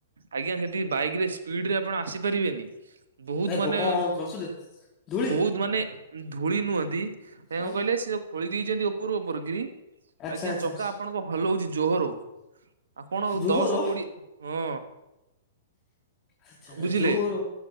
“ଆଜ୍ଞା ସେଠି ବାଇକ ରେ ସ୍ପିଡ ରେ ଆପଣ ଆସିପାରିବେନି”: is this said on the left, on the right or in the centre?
Right